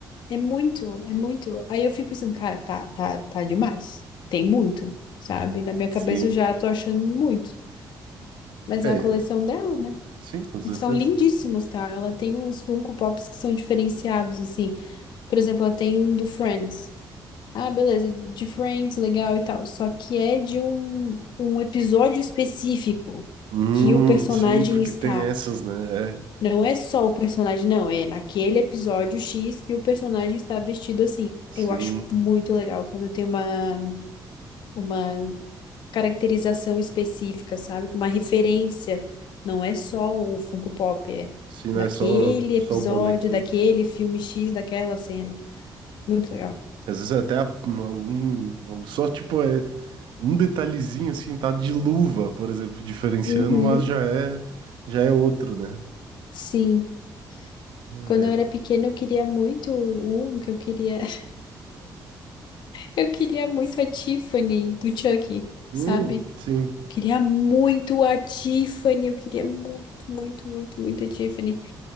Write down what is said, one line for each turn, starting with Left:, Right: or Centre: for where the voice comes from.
Left: É muito, é muito. Aí eu fico pensando, cara, tá, tá, tá demais. Tem muito, sabe? Na minha
Right: Sim.
Left: cabeça eu já tô achando muito. Mas
Right: É,
Left: é a coleção dela, né?
Right: sim, com certeza.
Left: E são lindíssimos, tá? Ela tem uns Funko Pops que são diferenciados, assim. Por exemplo, ela tem um do Friends. Ah, beleza, de Friends, legal e tal. Só que é de um, um episódio específico
Right: Hum,
Left: que o personagem
Right: sim, porque
Left: está.
Right: tem essas, né? É.
Left: Não é só o personagem, não, é naquele episódio X que o personagem está vestido assim.
Right: Sim,
Left: Eu acho muito legal quando tem uma, uma caracterização específica, sabe? Com Uma referência. Não é só o Funko Pop, é
Right: sim, não
Left: daquele
Right: é só, só
Left: episódio,
Right: o bonequinho.
Left: daquele filme X, daquela cena. Muito legal.
Right: Às vezes é até a- algum, só tipo é um detalhezinho assim, tá de luva, por exemplo, diferenciando,
Left: Uhum,
Right: mas já é, já é outro, né?
Left: sim.
Right: É.
Left: Quando eu era pequena, eu queria muito um que eu queria. <laughs> Eu queria muito a Tiffany do Chucky,
Right: Hum,
Left: sabe?
Right: sim.
Left: Queria muito a Tiffany, eu queria muito, muito, muito, muito a Tiffany.